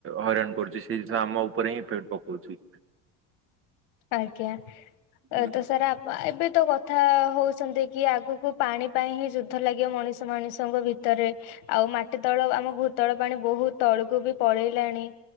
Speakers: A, on the right; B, on the left.
A: ହଇରାଣ କରୁଛି ସେ ଆମ ଉପରେ ହିଁଫେକ୍ଟ ପକଉଛି
B: ଆଜ୍ଞା
A: ହୁଁ।
B: ତ ସାର୍ ଆ ବା ଏବେ ତ କଥା ହେଉଛନ୍ତି କି ଆଗକୁ ପାଣି ପାଇଁ ହିଁ ଯୁଦ୍ଧ ଲାଗିବ ମଣିଷ ମଣିଷଙ୍କ ଭିତରେ। ଆଉ ମାଟି ତଳ ଆମ ଭୂତଳ ପାଣି ବହୁତ ତଳକୁ ବି ପଳେଇଲାଣି।